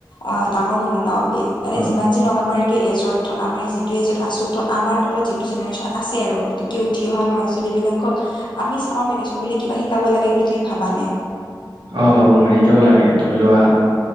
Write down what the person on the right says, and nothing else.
অ',
অ ভাবো মানে শিকাব লাগে, ধৰি লোৱা